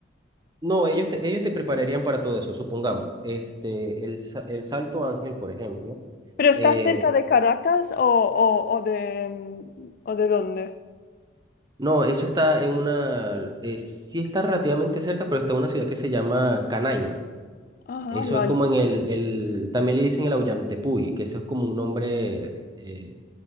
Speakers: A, on the right; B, on the left.
A: No, ellos te, ellos te prepararían para todo eso, supongamos. Este, el, sa- el Salto Ángel, por ejemplo,
B: ¿Pero está
A: Eh,
B: cerca de Caracas o, o- o de, mm, o de dónde?
A: no, eso está en una, eh, sí está relativamente cerca, pero está en una ciudad que se llama Canaima.
B: Ajá,
A: Eso
B: vale.
A: es como en el, el también le dicen el Aullantepui, que eso es como un nombre eh,